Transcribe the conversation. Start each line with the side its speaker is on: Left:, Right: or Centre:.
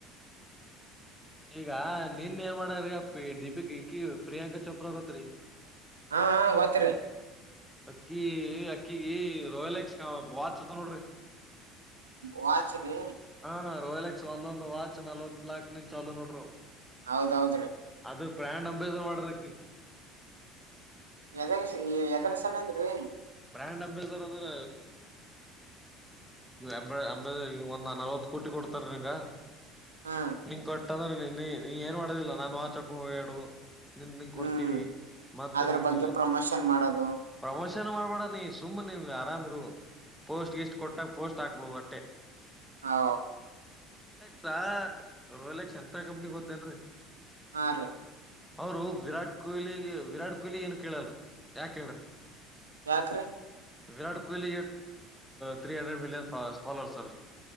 Centre: ಈಗ ನೀನ್ ಏನ್ ಮಾಡಾರ್ರಿ ದೀಪಿಕ್ ಈಕಿ ಪ್ರಿಯಾಂಕಾ ಚೋಪ್ರಗೋತ್ರಿ
Right: ಹಾ ಹಾ ಗೋತ್ರಿ
Centre: ಅಕ್ಕಿ ಅಕ್ಕಿಗ ರೋಯಲ್ ಎಕ್ಸ್ ವಾಚ್ ಅದ ನೋಡ್ರಿ
Right: ವಾಚ್ ರಿ
Centre: ಹಾ ಹ ರೋಯಲ್ ಎಕ್ಸ್ ಒಂದೊಂದ್ ವಾಚ್ ನಲ್ವತ್ ಲಾಕ್ ನಿಂ ಚಾಲ್ ನೋಡರಿ
Right: ಹೌದೌದ್ರಿ
Centre: ಅದು ಬ್ರ್ಯಾಂಡ್ ಅಂಬೇಸರ್ ಮಾಡರಕಿ
Right: ಎದ ಸ್ ಎದರ ಸಬಂದ್ ನ್ರಿ
Centre: ಬ್ರ್ಯಾಂಡ್ ಅಂಬೇಸರ್ ಅಂದ್ರ ಅಂಬೆ ಅಂಬೆ ಒಂದ ನಲ್ವತ್ ಕೋಟಿ ಕೊಡ್ತಾರ ಹಿಗ
Right: ಹಾ
Centre: ನೀನ್ ಕೊಟ್ಟ ಹದ್ರ ಇಲ್ಲಿ ನೀ ಏನ್ ಮಾಡುದಿಲ್ಲ ನಾನು ವಾಚ್ ಹಾಕುದ್ ಹೊಡಡು ನಿನ್ ನಿಂಗ ಕೊಡ್ತೀವಿ
Right: ಹ್ಮ್
Centre: ಮತ್ತ
Right: ಅದ್ರ
Centre: ನಿಂಗ
Right: ಬಗ್ಗೆ ಪ್ರಮೋಷನ್ ಮಾಡೋದು
Centre: ಪ್ರಮೋಷನ್ ನೀ ಸುಮ್ಮನೀರ್ಲ್ಲೆ ಆರಾಮ್ ಇರು ಪೋಸ್ಟ್ ಗಿಸ್ಟ್ ಕೊಟ್ಟಾಗ ಪೋಸ್ಟ್ ಹಾಕ್ಬಡು ಟ್ಟೆ
Right: ಹೌ
Centre: ಸ ರೋಯಲ್ ಎಕ್ಸ್ ಎಂತ ಕಂಪ್ನಿ ಗೊತ್ತೇನ್ರೀ
Right: ಆರಿ
Centre: ಅವರು ವಿರಾಟ್ ಕೊಹ್ಲಿ ವಿರಾಟ್ ಕೊಹ್ಲಿ ಏನು ಕೇಳಲ್ರಿ ಯಾಕ ಹೇಳ್ರಿ
Right: ಯಾಕ್ರೀ
Centre: Virat Kohli three hundred million follower sir